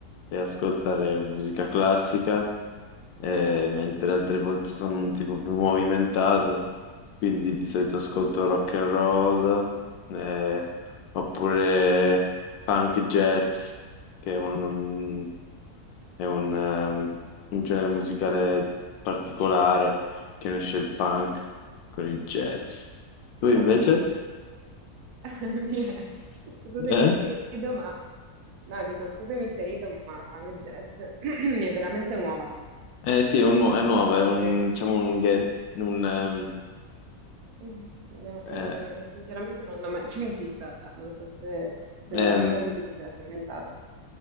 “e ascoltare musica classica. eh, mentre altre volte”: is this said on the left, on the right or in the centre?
Left